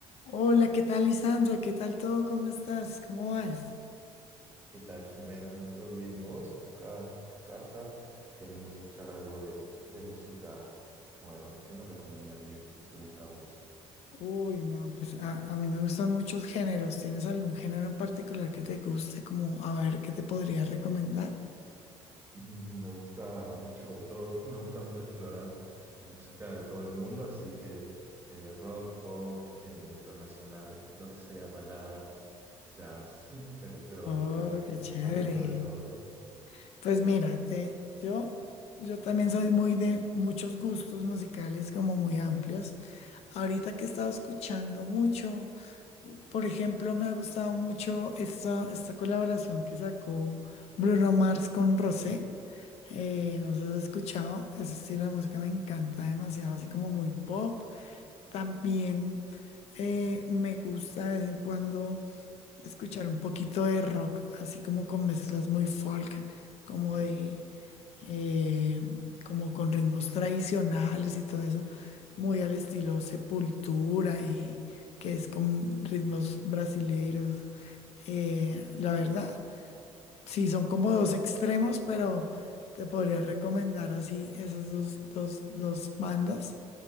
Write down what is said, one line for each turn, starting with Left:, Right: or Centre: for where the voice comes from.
Left: Hola, ¿qué tal, Lisandro? ¿Qué tal todo? ¿Cómo estás? ¿Cómo vas?
Right: ¿Qué tal, Jimena? ¿Todo bien? ¿Y vos? Acá en casa, queriendo escuchar algo de, de música nueva. ¿Qué me recomendarías? ¿Qué te gusta a vos?
Left: Uy, no, pues a, a mí me gustan muchos géneros. ¿Tienes algún género en particular que te guste? Como a ver, ¿qué te podría recomendar?
Right: Mm, Me gusta mucho de todo, <laughs> me gusta mucho explorar la música de todo el mundo, así que eh, rock, pop, eh, internacional, lo que sea, baladas, jazz, <laughs> electrónica,
Left: Oh, qué
Right: me
Left: chévere.
Right: gusta mucho de todo.
Left: Pues mira, te, yo, yo también soy muy de muchos gustos musicales como muy amplios. Ahorita que he estado escuchando mucho. Por ejemplo, me ha gustado mucho esta, esta colaboración que sacó Bruno Mars con Rosé. Eh, no sé si has escuchado, ese estilo de música me encanta demasiado, así como muy pop. También eh, me gusta de vez en cuando escuchar un poquito de rock, así como con mezclas muy folk, como de, eh, como con ritmos tradicionales y todo eso, muy al estilo Sepultura y que es con ritmos brasileros. Eh, la verdad, sí, son como dos extremos, pero te podría recomendar así esas dos, dos, dos bandas